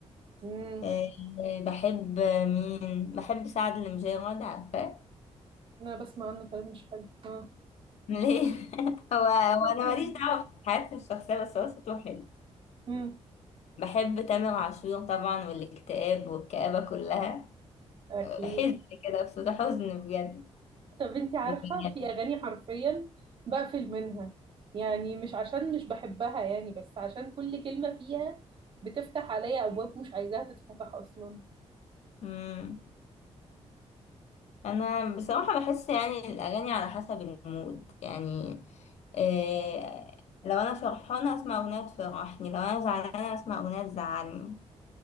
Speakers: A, on the right; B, on the left.
A: امم
B: أه بحب مين بحب سعد المجرد عارفاه
A: انا بسمع عنه كلام مش حلو اه
B: ليه <laughs> هو هو
A: بس-
B: انا ماليش دعوة بحياتي الشخصية بس هو صوته حلو
A: امم
B: بحب تامر عاشور طبعا والاكتئاب والكآبة كلها
A: اكيد
B: حزن كده بصوت حزن بجد
A: طب انت عارفة
B: بجد.
A: في اغاني حرفيا بقفل منها يعني مش عشان مش بحبها يعني بس عشان كل كلمة فيها بتفتح عليا ابواب مش عايزاها تتفتح اصلا
B: مم. انا بصراحه بحس يعني الاغاني على حسب المود يعني إيه لو انا فرحانه اسمع اغنيه تفرحني لو انا زعلانه اسمع اغنيه تزعلني